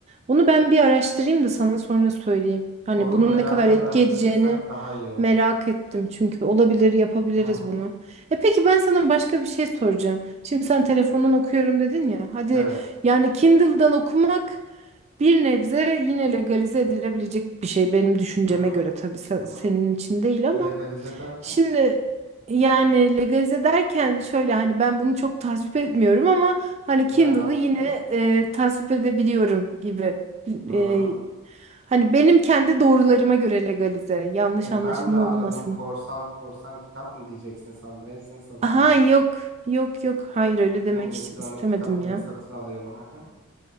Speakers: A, on the right; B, on the right.
A: Onu ben bir araştırayım da sana sonra söyleyeyim. Hani
B: Onu
A: bunun
B: beraber
A: ne kadar etki
B: araştırırsak
A: edeceğini
B: daha iyi olur.
A: merak ettim. Çünkü olabilir, yapabiliriz
B: Hı hı.
A: bunu. E peki ben sana başka bir şey soracağım. Şimdi sen telefondan okuyorum dedin ya. Hadi
B: Evet.
A: yani Kindle'dan okumak bir nebze yine legalize edilebilecek bir şey benim düşünceme
B: Hı hı.
A: göre tabii se-
B: Hı hı.
A: senin için değil ama
B: Legalize derken
A: Şimdi yani legalize derken şöyle hani ben bunu çok tasvip etmiyorum ama hani Kindle'ı
B: nereden çıktı?
A: yine e, tasvip edebiliyorum gibi.
B: Hı
A: E,
B: hı.
A: hani benim kendi doğrularıma göre legalize. Yanlış
B: E,
A: anlaşılma
B: Ben de anladım
A: olmasın.
B: korsan korsan kitap mı diyeceksin sandım. Hepsini satın
A: Aha
B: alıyorum.
A: yok yok yok hayır öyle
B: Bütün
A: demek
B: elektronik
A: hiç istemedim
B: kitapları
A: ya.
B: satın alıyorum. Hı hı.